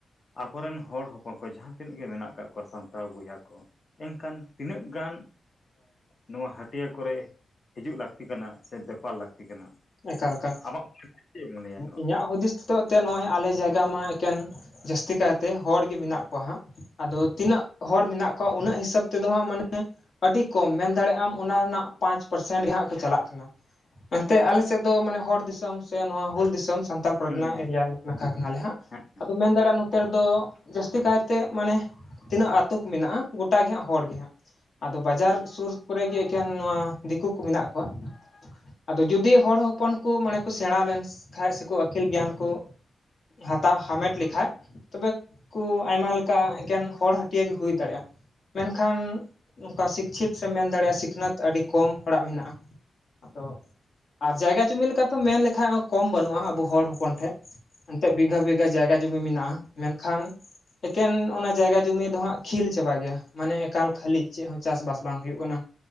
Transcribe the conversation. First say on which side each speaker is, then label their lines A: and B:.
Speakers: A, on the left; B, on the left.
A: ᱟᱵᱚᱨᱮᱱ ᱦᱚᱲ ᱦᱚᱯᱚᱱ ᱠᱚ ᱡᱟᱦᱟᱸ ᱛᱤᱱᱟᱹᱜ ᱜᱮ ᱢᱮᱱᱟᱜ ᱠᱟᱜ ᱠᱚᱣᱟ ᱥᱟᱱᱛᱟᱲ ᱵᱚᱭᱦᱟ ᱠᱚ ᱮᱱᱠᱷᱟᱱ ᱛᱤᱱᱟᱹᱜ ᱜᱟᱱ ᱱᱚᱣᱟ ᱦᱟᱹᱴᱤᱭᱟ ᱠᱚᱨᱮ ᱦᱤᱡᱩᱜ ᱞᱟᱹᱠᱛᱤ ᱠᱟᱱᱟ ᱥᱮ ᱵᱮᱯᱟᱨ ᱞᱟᱹᱠᱛᱤ ᱠᱟᱱᱟ
B: ᱮᱠᱟᱞ ᱠᱟ
A: ᱟᱢᱟᱜ ᱢᱚᱱᱮᱛᱮ ᱪᱮᱫ ᱮᱢ ᱢᱚᱱᱮᱭᱟ ᱱᱚᱣᱟ
B: ᱤᱧᱟᱹᱜ ᱦᱩᱫᱤᱥᱼᱼ ᱱᱤᱛᱚᱜ ᱛᱮ ᱱᱚᱭ ᱟᱞᱮ ᱡᱟᱭᱜᱟ ᱢᱟ ᱮᱠᱮᱱ ᱡᱟᱹᱥᱛᱤ ᱠᱟᱭᱛᱮ ᱦᱚᱲ ᱜᱮ ᱢᱮᱱᱟᱜ ᱠᱚᱣᱟ ᱦᱟᱸᱜ ᱟᱫᱚ ᱛᱤᱱᱟᱹᱜ ᱦᱚᱲ ᱢᱮᱱᱟᱜ ᱠᱚᱣᱟ ᱩᱱᱟᱹᱜ ᱦᱤᱥᱟᱹᱵ ᱛᱮᱫᱚ ᱦᱟᱸᱜ ᱢᱟᱱᱮ ᱟᱹᱰᱤ ᱠᱚᱢ ᱢᱮᱱ ᱫᱟᱲᱮᱜ ᱟᱢ ᱚᱱᱟ ᱨᱮᱱᱟᱜ ᱯᱟᱸᱪ ᱯᱟᱨᱥᱮᱱ ᱜᱮ ᱦᱟᱸᱜ ᱠᱚ ᱪᱟᱞᱟᱜ ᱠᱟᱱᱟ ᱮᱱᱛᱮ ᱟᱞᱮ ᱥᱮᱫ ᱫᱚ ᱢᱟᱱᱮ ᱦᱚᱲ ᱫᱤᱥᱚᱢ ᱥᱮ ᱱᱚᱣᱟ ᱦᱩᱞ ᱫᱤᱥᱚᱢ ᱥᱟᱱᱛᱟᱞ ᱯᱟᱨᱜᱟᱱᱟ
A: ᱦᱩᱸ ᱦᱩᱸ
B: ᱮᱨᱤᱭᱟ ᱱᱟᱠᱷᱟ ᱠᱟᱱᱟᱞᱮ ᱦᱟᱸᱜ
A: ᱦᱮᱸ ᱦᱮᱸ
B: ᱟᱫᱚ ᱢᱮᱱ ᱫᱟᱲᱮᱭᱟᱜ-ᱟᱢ ᱱᱚᱛᱮ ᱨᱮᱫᱚ ᱡᱟᱹᱥᱛᱤ ᱠᱟᱭᱛᱮ ᱢᱟᱱᱮ ᱛᱤᱱᱟᱹᱜ ᱟᱛᱳ ᱠᱚ ᱢᱮᱱᱟᱜᱼᱟ ᱜᱚᱴᱟ ᱜᱮ ᱦᱟᱸᱜ ᱦᱚᱲ ᱜᱮᱦᱟᱸᱜ ᱟᱫᱚ ᱵᱟᱡᱟᱨ
A: ᱟᱪᱪᱷᱟ
B: ᱥᱩᱨ ᱠᱚᱨᱮ ᱜᱮ ᱮᱠᱮᱱ ᱱᱚᱣᱟ ᱫᱤᱠᱩ ᱠᱚ ᱢᱮᱱᱟᱜ ᱠᱚᱣᱟ ᱟᱫᱚ ᱡᱩᱫᱤ ᱦᱚᱲ ᱦᱚᱯᱚᱱ ᱠᱩ ᱢᱟᱱᱮ ᱠᱚ ᱥᱮᱬᱟ ᱞᱮᱱᱥ ᱠᱷᱟᱱᱡ ᱥᱮᱠᱚ ᱟᱹᱠᱤᱞ ᱜᱮᱭᱟᱱ ᱠᱚ ᱦᱟᱛᱟᱣ ᱦᱟᱢᱮᱴ ᱞᱮᱠᱷᱟᱡ ᱛᱚᱵᱮᱠ ᱠᱩ ᱟᱭᱢᱟ ᱞᱮᱠᱟ ᱮᱠᱮᱱ ᱦᱚᱲ ᱦᱟᱹᱴᱭᱟ ᱜᱮ ᱦᱩᱭ ᱫᱟᱲᱮᱭᱟᱜᱼᱟ ᱢᱮᱱᱠᱷᱟᱱ ᱱᱚᱝᱠᱟ ᱥᱤᱠᱪᱷᱤᱯ ᱥᱮᱢ ᱢᱮᱱ ᱫᱟᱲᱮᱭᱟᱜᱼᱟ ᱥᱤᱠᱷᱱᱟᱹᱛ ᱟᱹᱰᱤ ᱠᱚᱢ ᱦᱚᱲᱟᱜ ᱢᱮᱱᱟᱜᱼᱟ ᱟᱫᱚ ᱟᱨ ᱡᱟᱭᱜᱟ ᱡᱩᱢᱤ ᱞᱮᱠᱟ ᱛᱚ ᱢᱮᱱ ᱞᱮᱠᱷᱟᱡ ᱦᱚᱸ ᱠᱚᱢ ᱵᱟᱹᱱᱩᱜᱼᱟ ᱟᱵᱚ ᱦᱚᱲ ᱦᱚᱯᱚᱱ ᱴᱷᱮᱡ ᱮᱱᱛᱮᱜ ᱵᱤᱜᱷᱟ ᱵᱤᱜᱷᱟ ᱡᱟᱭᱜᱟ ᱡᱩ- ᱢᱤ ᱢᱮᱱᱟᱜᱼᱟ ᱢᱮᱱᱠᱷᱟᱱ ᱮᱠᱮᱱ ᱚᱱᱟ ᱡᱟᱭᱜᱟ ᱡᱚᱢᱤ ᱫᱚ ᱦᱟᱸᱜ ᱠᱷᱤᱞ ᱪᱟᱵᱟ ᱜᱮᱭᱟ ᱢᱟᱱᱮ ᱮᱠᱟᱞ ᱠᱷᱟᱹᱞᱤ ᱪᱮᱜ ᱦᱚᱸ ᱪᱟᱥᱵᱟᱥ ᱵᱟᱝ ᱦᱩᱭᱩᱜ ᱠᱟᱱᱟ